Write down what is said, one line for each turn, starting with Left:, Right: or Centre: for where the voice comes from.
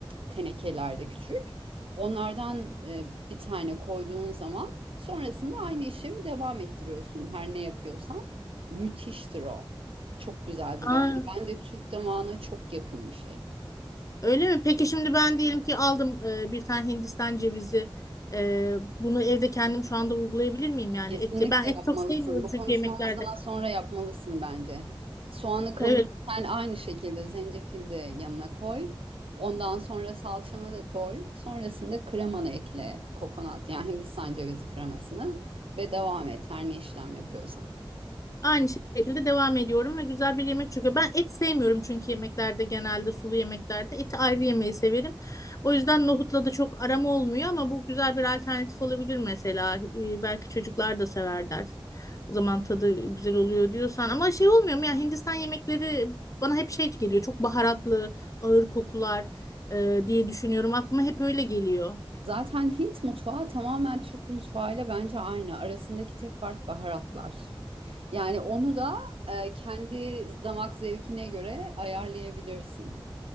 Right: tenekelerde küçük. Onlardan e, bir tane koyduğun zaman sonrasında aynı işlemi devam ettiriyorsun her ne yapıyorsan. Müthiştir o. Çok güzeldir
Left: Aa,
Right: yani. Bence Türk damağına çok yakın bir şey.
Left: öyle mi? Peki şimdi ben diyelim ki aldım e, bir tane Hindistan cevizi. E, bunu evde kendim şu anda uygulayabilir miyim yani
Right: Kesinlikle
Left: et? Ben et
Right: yapmalısın.
Left: çok sevmiyorum
Right: Bu konuşmamızdan
Left: çünkü yemeklerde.
Right: sonra yapmalısın bence. Soğanı kavururken
Left: Evet.
Right: aynı şekilde zencefil de yanına koy. Ondan sonra salçanı da koy. Sonrasında kremanı ekle. Kokonat yani Hindistan cevizi kremasını ve devam et her ne işlem yapıyorsan.
Left: Aynı şekilde devam ediyorum ve güzel bir yemek çıkıyor. Ben et sevmiyorum çünkü yemeklerde genelde sulu yemeklerde eti ayrı yemeyi severim. O yüzden nohutla da çok aram olmuyor ama bu güzel bir alternatif olabilir mesela. Ee, belki çocuklar da severler. O zaman tadı güzel oluyor diyorsan ama şey olmuyor mu ya Hindistan yemekleri bana hep şey geliyor. Çok baharatlı, ağır kokular e, diye düşünüyorum. Aklıma hep öyle geliyor.
Right: Zaten Hint mutfağı tamamen Türk mutfağıyla bence aynı. Arasındaki tek fark baharatlar. Yani onu da e, kendi damak zevkine göre ayarlayabilirsin.